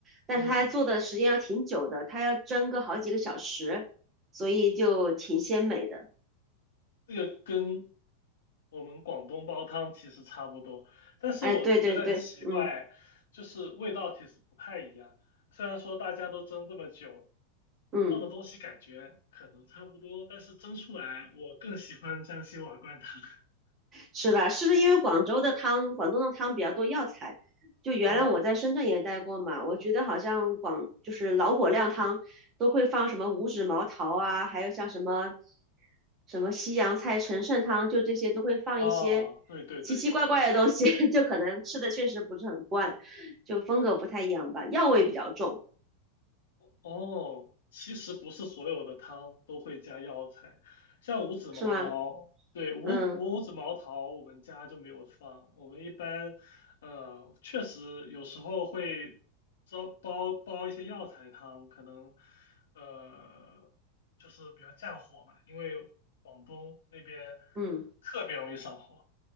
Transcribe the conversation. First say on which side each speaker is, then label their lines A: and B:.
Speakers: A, on the right (about 25°); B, on the left (about 60°).
A: 但是它做的时间要挺久的，
B: 嗯。
A: 它要蒸个好几个小时，所以就挺鲜美的。
B: 这个跟我们广东煲汤其实差不多，但是我觉得很奇怪，
A: 哎，对对对，嗯
B: 就是味道其实不太一样。虽然说大家都蒸这么久，
A: 嗯。
B: 放的东西感觉可能差不多，但是蒸出来我更喜欢江西瓦罐汤。<laughs>
A: 是吧？是不是因为广州的汤，广东的汤比较多药材？就原来我在深圳也待过嘛，
B: 啊
A: 我觉得好像广就是老火靓汤都会放什么五指毛桃啊，还有像什么什么西洋菜陈肾汤，就这些都会放一些
B: 哦，对对对。
A: 奇奇怪怪的东西，<laughs> 就可能吃的确实不是很惯，就风格不太一样吧，药味比较重，
B: 哦，其实不是所有的汤都会加药材，像五指毛桃，
A: 是吗？
B: 对，五五五指毛桃我们家就没有放，
A: 嗯
B: 我们一般，呃，确实有时候会煲煲煲一些药材汤，可能，呃，就是比较降火嘛，因为广东那边
A: 嗯，
B: 特别容易上火。